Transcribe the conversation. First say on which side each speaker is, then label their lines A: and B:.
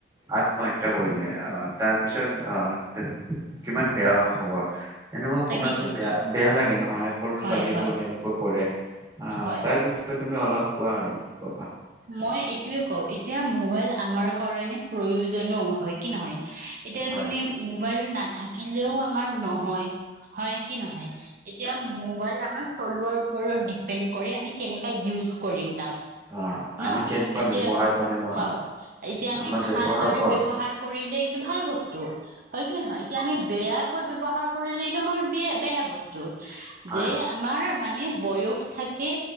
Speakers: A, on the right; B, on the right.
A: আত্মহত্যা কৰিলে। অ'! তাৰপিছত অ'! কিমান বেয়া লগা খবৰ! এনেকুৱা
B: তাকেতো
A: শুনাতো বেয়া, বেয়া লাগে নহয় সৰু
B: হয়
A: ছোৱালীবোৰ
B: হয়
A: এনেকুৱা কৰে। আ'
B: হয়
A: তাৰপিছত তুমি অলপ কোৱা আৰু কি ক
B: মই এইটোয়ে কও, এতিয়া মোবাইল আমাৰ কাৰণে প্ৰয়োজনো হয় কি নহয়। এতিয়া
A: হয়
B: তুমি মোবাইল নাথাকিলেও আমাৰ ন' হয়! হয় কি নহয়। এতিয়া মোবাইল আমাৰ চলোৱাৰ ওপৰত ডিপেণ্ড কৰে আমি কেনেকা ইউজ কৰিম তাক।
A: অ
B: ন'।
A: আমি কেনেকুৱা
B: এতিয়া,
A: ব্যৱহাৰ কৰিম
B: হয়! এতিয়া আমি
A: আমাৰ
B: ভালদৰে
A: ব্যৱহাৰৰ ওপৰত
B: ব্যৱহাৰ কৰিলে এইটো ভাল বস্তু হয় কি নহয়, এতিয়া আমি বেয়া <unintelligible> ব্যৱহাৰ কৰিলে এইটো আমাৰ বেয়া-বেয়া বস্তু। <unintelligible>
A: হয়
B: যে, আমাৰ মানে বয়স থাকে,